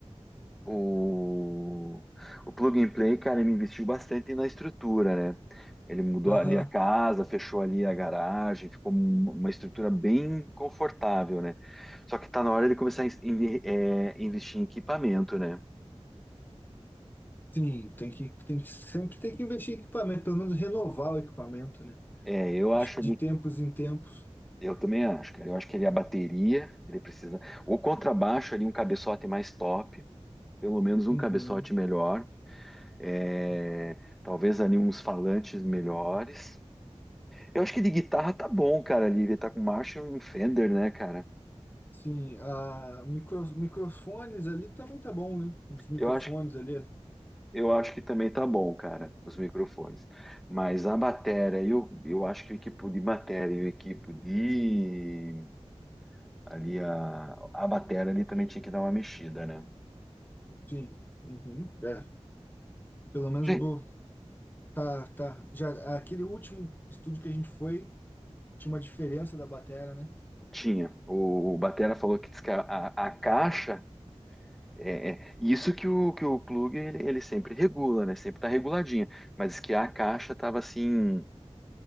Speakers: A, in the centre; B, on the left.
A: O, o Plug and Play, cara, ele investiu bastante na estrutura, né? Ele mudou
B: Aham.
A: ali a casa, fechou ali a garagem, ficou um- uma estrutura bem confortável, né? Só que tá na hora de começar a in- in- é, investir em equipamento, né?
B: Sim, tem que, tem que sempre tem que investir em equipamento, pelo menos renovar o equipamento, né?
A: É, eu acho
B: De, de
A: ali,
B: tempos em tempos.
A: eu também acho, cara. Eu acho que ali a bateria, ele precisa. O contrabaixo ali, um cabeçote mais top, pelo menos um
B: Uhum.
A: cabeçote melhor. É, talvez ali uns falantes melhores. Eu acho que de guitarra tá bom, cara, ali. Ele tá com Marshall e Fender, né, cara?
B: Sim, a micro, microfones ali também tá bom, né? Os microfones
A: Eu acho,
B: ali,
A: eu acho que também tá bom, cara, os microfones. Mas a bateria, eu, eu acho que o equipo de bateria e o equipo de... Ali, a, a bateria ali também tinha que dar uma mexida, né?
B: sim. Uhum. É, pelo menos
A: Gente,
B: bo- tá, tá. Já aquele último estúdio que a gente foi tinha uma diferença da bateria, né?
A: tinha. O, o batera falou que diz que a, a- a caixa... É, é- isso que o, que o plug ele, ele sempre regula, né? Sempre tá reguladinha. Mas diz que a caixa tava assim...